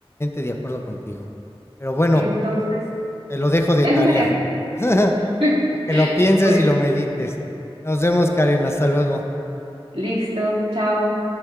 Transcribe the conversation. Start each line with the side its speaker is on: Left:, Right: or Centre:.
Left: de acuerdo contigo. Pero bueno,
Right: Entonces,
Left: te lo dejo de
Right: eso
Left: tarea.
Right: sería.
Left: <laughs>
Right: <laughs>
Left: Para que lo pienses
Right: Bueno,
Left: y lo medites. Nos vemos, Karen. Hasta luego.
Right: listo, chao.